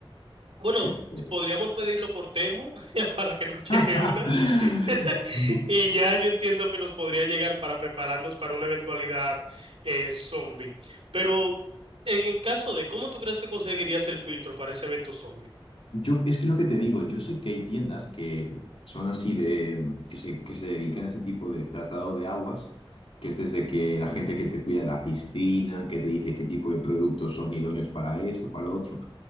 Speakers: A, on the right; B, on the left.
A: Bueno,
B: Qué fuego.
A: podríamos pedirlo por Temu <laughs> para que nos llegue
B: <laughs>
A: una. <laughs> Y ya yo entiendo que nos podría llegar para prepararnos para una eventualidad eh, zombie. Pero en el caso de, ¿cómo tú crees que conseguirías el filtro para ese evento zombie?
B: Yo, es que lo que te digo, yo sé que hay tiendas que son así de, que se, que se dedican a ese tipo de tratado de aguas, que es desde que la gente que te cuida la piscina, que te dice qué tipo de productos son idóneos para esto, para lo otro,